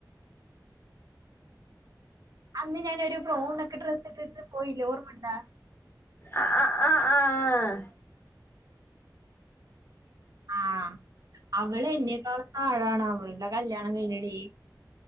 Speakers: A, on the right; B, on the left.
A: അന്ന് ഞാനൊരു ബ്രൗണൊക്കെ ഡ്രസ്സിട്ടിട്ടു പോയില്ലേ ഓർമ്മണ്ടാ
B: ആഹ് ആഹ് ആഹ് ആഹ്
A: ആഹ് അവളെന്നെക്കാളും താഴാണ് അവൾടെ കല്യാണം കഴിഞ്ഞെടി